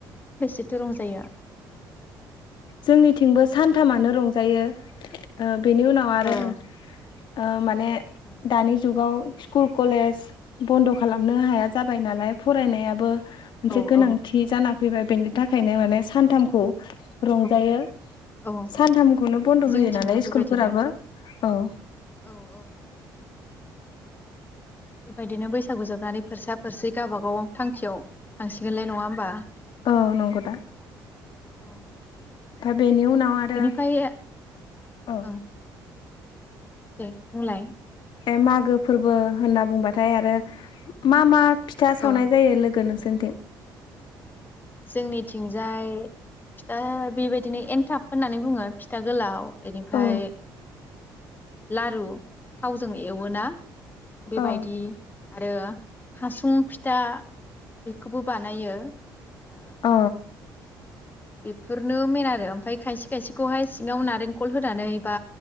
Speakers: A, on the left; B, on the left.
A: बिथ' रंजाया
B: जोंनिथिंबो सानथामानो रंजायो ओ बेनि उनाव आरो
A: औ
B: ओ माने
A: औ
B: दानि जुगाव स्कुल कलेस बन्द' खालाम नो हाया जाबाय नालाय फरायनाय याबो मोनसे
A: औ
B: गोनांथि
A: औ
B: जाना फैबाय बेनि थाखायनो माने सानथाम रंजायो
A: औ औ
B: सानथामखौनो बन्द'
A: जोंथिंबो
B: होयो नालाय
A: बेबायदिनो
B: स्कुलफोराबो औ
A: औ औ बेबायदिनो बैसागु जोबनानै फोरसा फोरसि गावबागाव थांखियाव थांसिगोनलाय नङा होमबा
B: औ नंगौदा
A: औ
B: ओमफ्राय बेनि उनाव आरो
A: बेनिफ्राय
B: औ
A: ओं दे बुंलाय
B: ए मागो फोरबो होनना बुंबाथाय आरो मा मा फिथा
A: औ
B: सावनाय जायो लोगो नोंसोरनिथिं
A: जोंनिथिंजाय फिथा बेबायदिनो एनथाब होननानै बुङो फिथा गोलाव बेनिफ्राय
B: अ
A: लारु थावजों एवोना बेबायदि
B: अ
A: आरो हासुं फिथा बेखौबो बानायो ओ
B: अ
A: बेफोरनो मेन आरो ओमफ्राय खायसे खायसेखौहाय सिङाव नारेंखल होनानै बा